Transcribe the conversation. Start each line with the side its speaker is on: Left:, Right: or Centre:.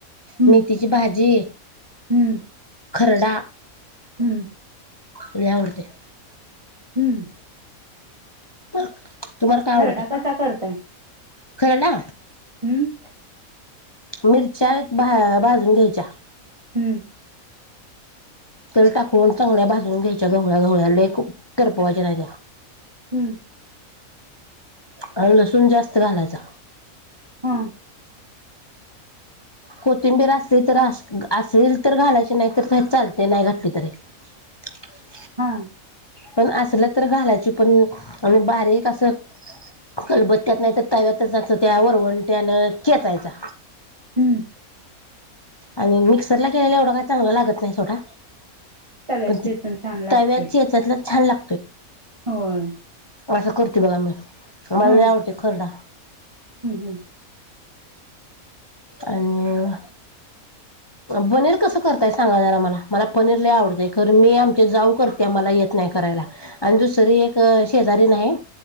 Right: हम्म
Left: मेथीची भाजी,
Right: हम्म हम्म
Left: खरडा.
Right: हम्म,
Left: लय आवडतय.
Right: हम्म
Left: तुम्हाला काय आवडतंय.
Right: खरडा कसा करताय?
Left: खायला
Right: हम्म
Left: मिरच्या एक भाजून घ्यायच्या.
Right: हम्म,
Left: तेल टाकून चांगल्या बाजून घ्यायच्या, गवळ्या, गवळ्या लय करपवायच्या नाही त्या.
Right: हम्म,
Left: आणि लसूण जास्त घालायचा.
Right: हम,
Left: कोथिंबीर असेल तर असेल तर घालायचे नाही तर, काही चालतय नाही घातली तरी. रिकामा ऑडिओ
Right: हा,
Left: पण असल तर घालायची, पण आणि बारीक असं खलबत्त्यात नाय तर तव्यातचं जाच त्या वरवंट्यानं चेचायचां.
Right: हं
Left: आणि मिक्सरला केलेला एवढं काय चांगला लागत नाय सोडा.
Right: तव्यात
Left: पण ते
Right: चेचून छान लागतय
Left: तव्यात चेचातलाच छान लाग
Right: होय.
Left: असं करते बघा मी, मला
Right: हा
Left: लय
Right: हम्म
Left: आवडतय खरडा
Right: हम्म
Left: आणि पनीर कसं करताय सांगा जरा मला, मला पनीर लय आवडतंय खरं मी आमच्या जाऊ करत्या, मला ये येत नाय करायला, आणि दुसरी एक शेजारीन हाय